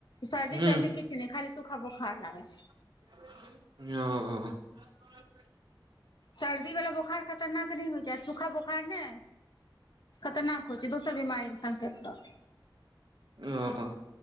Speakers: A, on the left (about 60°); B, on the right (about 60°).
A: सर्दी
B: हूँ
A: तर्दी किछ खाली सूख बुखार लागै छै
B: ओ
A: सर्दी वाला बोखार खतरनाक नहि होइ छै सूखा बोखार ने खतरनाक होइ छै दोसर बीमारीे संकेत स
B: ओ हो